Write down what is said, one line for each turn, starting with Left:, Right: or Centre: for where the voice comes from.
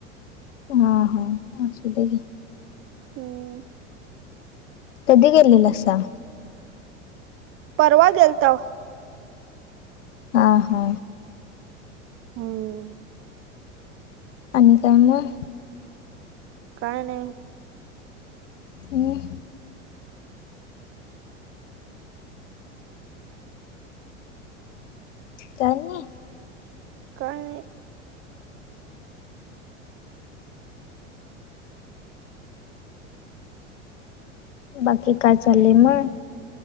Left: हा हा असूदे घे.
Right: हम्म.
Left: कधी गेलेलासा?
Right: परवा गेलताव.
Left: हा हा.
Right: हम्म.
Left: आणि काय मग?
Right: काय नाही.
Left: हम्म. काय नाही.
Right: काय नाही.
Left: बाकी काय चालय मग?